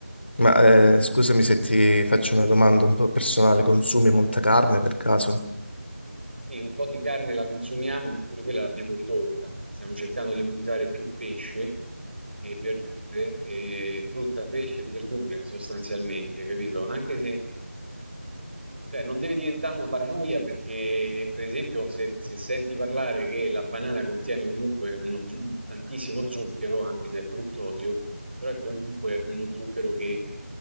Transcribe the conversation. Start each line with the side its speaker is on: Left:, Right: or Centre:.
Left: Ma eh, scusami se ti faccio una domanda un po' personale, consumi molta carne per caso?
Right: Sì, un po' di carne la consumiamo, ma pure quella l'abbiamo ridotta. Stiamo cercando di mangiare più pesce e verdure, e frutta, pesce e verdure sostanzialmente, capito? Anche se, cioè, non deve diventare una paranoia perché, per esempio, se, se senti parlare che la banana contiene comunque uno zu- tantissimo zucchero, anche se è fruttosio, però è comunque uno zucchero che